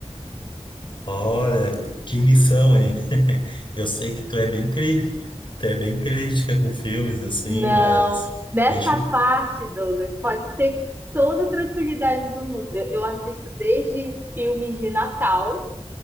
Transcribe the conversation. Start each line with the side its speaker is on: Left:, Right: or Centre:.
Left: Olha, que missão, hein? <laughs> Eu sei que tu é bem cri... tu é bem crítica com filmes, assim,
Right: Não.
Left: mas
Right: Nessa
Left: deixa <laughs> eu
Right: parte, Douglas, pode ter toda a tranquilidade do mundo. Eu assisto desde filmes de Natal,